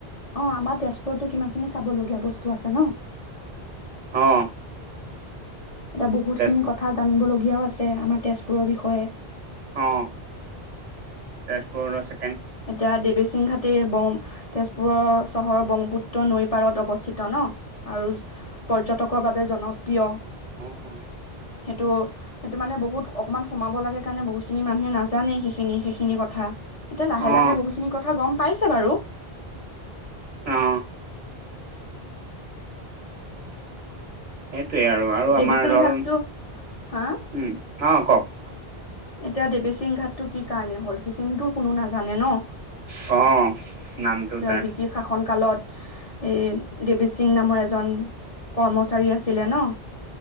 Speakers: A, on the left; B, on the right.
A: অ আমাৰ তেজপুৰো কিমানখিনি চাবলগীয়া বস্তু আছে ন
B: অ
A: এতিয়া বহুতখিনি
B: তেজপুৰ
A: কথা জানিবলগীয়াও আছে আমাৰ তেজপুৰৰ বিষয়ে
B: অ তেজপুৰত আছে
A: এতিয়া দেৱেচিংঘাট তে- তেজপুৰৰ চহৰৰ ব্ৰহ্মপুত্ৰ নৈ পাৰত অৱস্থিত ন। আৰু পৰ্যটকৰ বাবে জনপ্ৰিয়
B: অ',
A: সেইটো সেইটো মানে বহুত অকণমান সোমাব লাগে কাৰণে বহুতখিনি মানুহে নাজানেই সেইখিনি সেইখিনি কথা এতিয়া লাহে
B: অ',
A: লাহে বহুখিনি কথা গ'ম পাইছে বাৰু
B: অ সেইটোৱেই আৰু আৰু
A: দেৱীচিং
B: আমাৰ ধৰ
A: ঘাটটো
B: উম
A: হা
B: অ' কওক
A: এতিয়া দেৱচিং ঘাটতো কি কাৰণে হ'ল সেইখিনিতো কোনো নাজানে ন।
B: অ নামটো
A: তেওঁ
B: তাৰ
A: ব্ৰিটিছ শাসনকালত এই দেৱী সিং নামৰ এজন কৰ্মচাৰী আছিলে ন